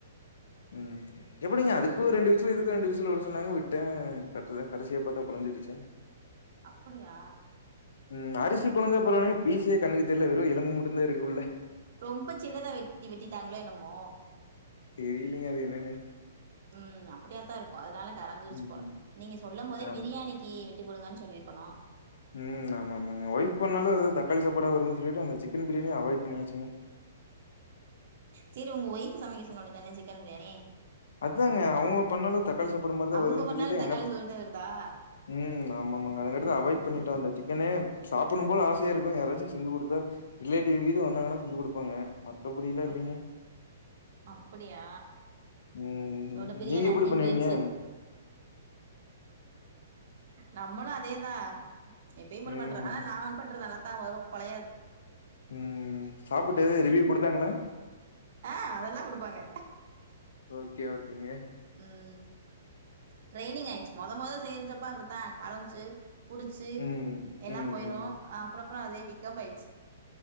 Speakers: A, on the left; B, on the right.
A: ம் எப்படிங்க
B: ம்
A: அதுக்கு ரெண்டு விசுல் இதுக்கு ரெண்டு விசுல் விட சொன்னாங்க விட்டே கரெக்ட் தா கடைசியா பாத்தா குழஞ்சுடுச்சே
B: அப்படியா
A: ம் அரிசி குழஞ்சா பரவாயில்லிங்க பீசே கண்ணுக்கு தெரியல வெறு எலும்பு மட்டுந்தா இருக்கு உள்ள
B: ரொம்ப சின்னதா வெட்டி வெட்டிட்டாங்களோ என்னமோ
A: தெரியிலீங்க அது என்னனு
B: ம் அப்படியாத்தா இருக்கு அதனால கரஞ்சுருச்சு
A: ம்.
B: போல நீங்க சொல்லும் போதே
A: ஆம்.
B: பிரியாணிக்கி வெ இவ்வளவு தா சொல்லிருக்கணு
A: ம் ஆமா ஆமாங்க ஒய்ஃப் பண்ணாலு தக்காளி சாப்பாடா வருதுன் சொல்லிட்டு அவங்க சிக்கன் பிரியாணியே அவாய்ட் பண்ணியாச்சுங்க
B: சேரி உங்க ஒய்ஃப் சமைக்க சொல்ல வேண்டிதானே சிக்கன் பிரியாணி
A: அதாங்க அவுங்க பண்ணாலு தக்காளி சாப்பாடு மாரி தான
B: அவங்க
A: வருதுன்னு
B: பண்ணாலு
A: சொல்லிட்டு
B: தக்காளி
A: என்ன
B: சோறுதே வருதா
A: ம் ஆமா ஆமாங்க அவாய்ட் பண்ணிட்டோ அந்த சிக்கனே சாப்புடுனும் போல ஆசையா இருக்கு யாராச்சு செஞ்சு கொடுத்தா ரிலேட்டிவ்கீது வந்தாங்கன்னா செஞ்சு கொடுப்பாங்க மத்தபடில்லா
B: அப்
A: இல்லீங்க
B: அப்படியா
A: ம்.
B: தோட பிரியாணி
A: நீங்க எப்படி
B: ஆசையே
A: பண்ணுவீங்க?
B: போயிருச்சு நம்மளு அதே தா எப்பயும் போல
A: ம்.
B: பண்ற ஆனா நா பண்றது நல்லாத்தா வரு கொழயாது
A: ம் சாப்புட்டு ரிவ்யூ குடுத்தாங்ளா
B: ஆ அதெல்லா குடுப்பாங்க
A: ஓகே ஓகேங்க
B: ம் ட்ரெய்னிங் ஆயிடுச்சு மொத மொத செஞ்சப்பா அப்படித்தா வளஞ்சு புடிச்சு
A: ம்
B: எல்லாம்
A: ம்
B: போயிரு
A: ம்
B: அப்புறப்புற அதே பிக்கப் ஆயிடுச்சு